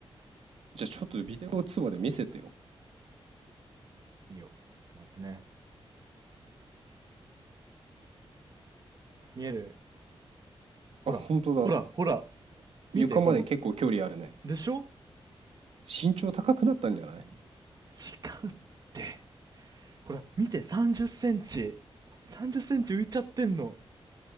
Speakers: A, on the right (about 80°); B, on the right (about 40°).
A: じゃあちょっとビデオ通話で見せてよ。
B: いいよ。ちょっと待ってね。見えるほら、
A: あ、本当だ。
B: ほら、ほら。見て、
A: 床まで結構距離あるね。
B: この、でしょ
A: 身長高くなったんじゃない
B: 違うって。ほら、見て、30センチ。30センチ浮いちゃってんの。